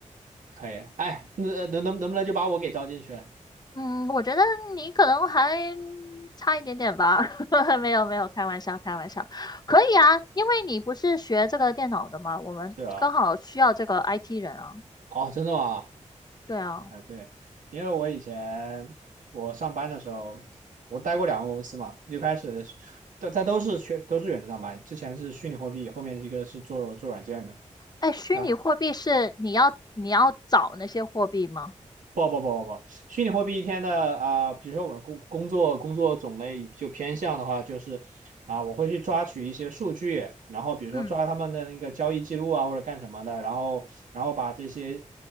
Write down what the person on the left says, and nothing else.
嗯，我觉得你可能还差一点点吧，<laughs> 没有没有，开玩笑开玩笑，可以啊，因为你不是学这个电脑的嘛，我们刚好需要这个
IT 人啊，
对啊，
哎，虚拟货币是你要你要找那些货币吗？
嗯